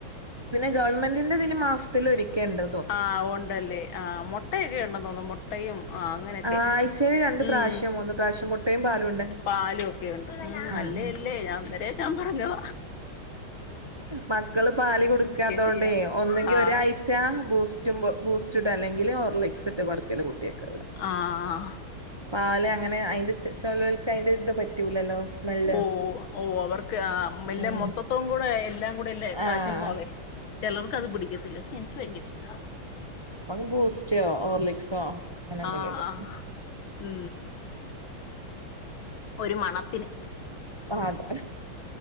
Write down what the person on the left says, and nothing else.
ആഹ് ഉണ്ടല്ലേ. ആഹ് മുട്ടയൊക്കെ ഉണ്ടന്ന് തോന്നു. മുട്ടയും ആഹ് അങ്ങനെക്കെ.
ഉം
പാലൊക്കെണ്ട്. ഉം നല്ലേ
ല്ലേ. ഞാ അന്നേര ഞാപറഞ്ഞൊ
ചെയ്യാം
ആഹ്
ആഹ് ഉം
ഓഹ് ഓഹ് അവർക്ക് ആഹ് മെല്ലെ
മൊത്തത്തവും കൂടെ എല്ലാം കൂടെ ല്ലേ കാച്ചൽ
മോളെ. ചിലർക് അത് പിടിക്കത്തില്ല. പക്ഷെ എനിക്ക് ഭയര ഇഷ്ട.
ആ
ആ ഉം ഒരു മണം.